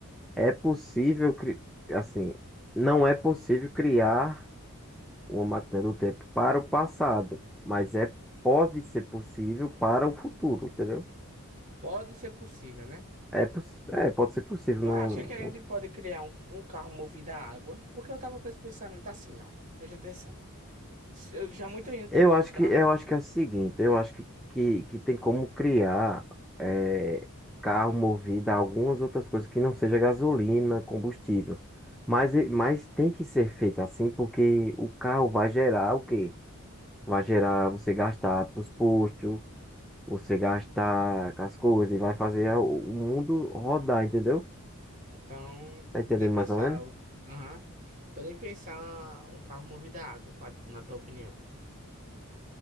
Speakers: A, in the centre; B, on the right.
A: É possível, cri- assim, não é possível criar uma máquina do tempo para o passado, mas é pode ser possível para o futuro, entendeu?
B: Pode ser possível, né?
A: É, poss- é pode ser possível.
B: Tu
A: Não,
B: acha que a
A: não-
B: gente pode criar um, um carro movido a água? Porque eu tava com esse pensamento assim, ó. Preste atenção. Se- eu- Já muita gente
A: Eu
B: criou
A: acho
B: um carro.
A: que eu acho que é o seguinte, eu acho que que, que tem como criar eh, carro movido a algumas outras coisas que não seja gasolina, combustível. Mas, e- mas tem que ser feito assim porque o carro vai gerar o quê? Vai gerar você gastar para os postos, Você gasta com as coisas e vai fazer a- o mundo rodar, entendeu?
B: Então,
A: Tá entendendo
B: nem pensar.
A: mais ou menos?
B: o- Aham. Então, nem pensar um carro movido a água, pra tu, na tua opinião.